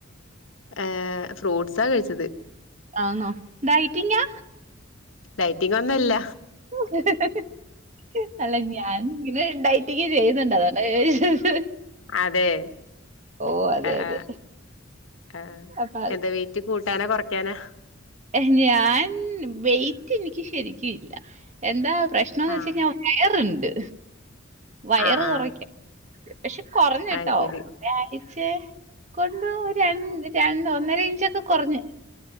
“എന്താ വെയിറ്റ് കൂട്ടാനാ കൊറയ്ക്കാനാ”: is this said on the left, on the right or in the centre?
Left